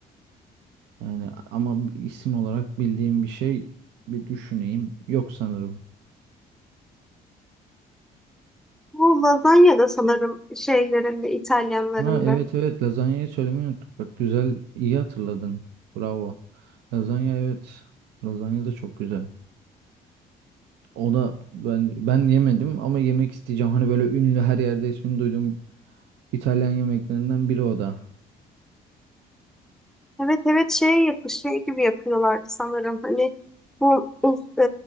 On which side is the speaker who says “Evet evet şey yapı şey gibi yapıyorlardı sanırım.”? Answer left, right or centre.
Centre